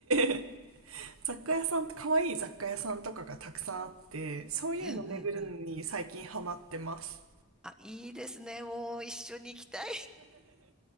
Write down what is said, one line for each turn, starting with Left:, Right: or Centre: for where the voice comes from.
Right: <laughs> 雑貨屋さん、可愛い雑貨屋さんとかがたくさんあって、そういうの巡るのに最近ハマってます。
Centre: うんうんうん。あ、いいですね。もう一緒に行きたい。